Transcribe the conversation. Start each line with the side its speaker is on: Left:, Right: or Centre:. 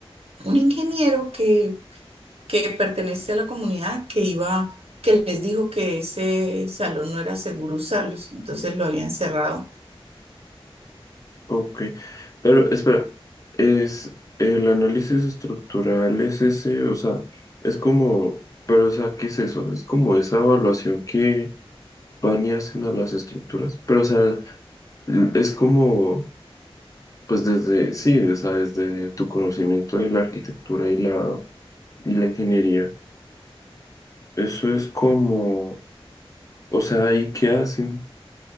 Right: un ingeniero que que pertenece a la comunidad que iba, que les dijo que ese salón no era seguro usarlos, entonces lo habían cerrado.
Left: ok. Pero espera, es el análisis estructural, es ese, o sea, es como, pero o sea, ¿qué es eso? Es como esa evaluación que van y hacen a las estructuras, pero o sea, es como, pues desde, sí, o sea, desde tu conocimiento de la arquitectura y la, y la ingeniería, eso es como, o sea, ¿y qué hacen?